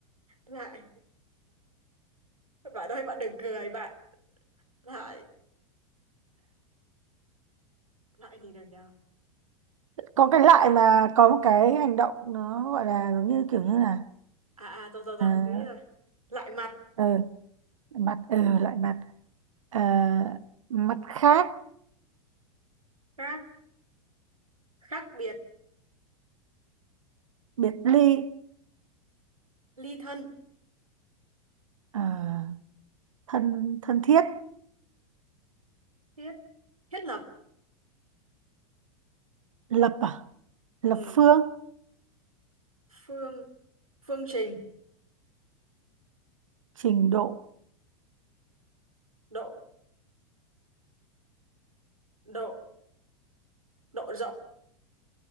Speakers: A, on the right (about 80°); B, on the right (about 65°).
A: lại bạn ơi bạn đừng cười bạn lại lại gì được nhờ
B: có cái lại mà có một cái hành động nó gọi là giống như kiểu như là
A: à à rồi rồi rồi
B: à,
A: thế rồi lại mặt
B: ờ, mặt ờ lại mặt à, mặt khác
A: khác khác biệt
B: biệt ly
A: ly thân
B: à, thân thân thiết
A: thiết thiết lập
B: lập à lập
A: ừ.
B: phương
A: phương phương trình
B: trình độ
A: độ độ độ rộng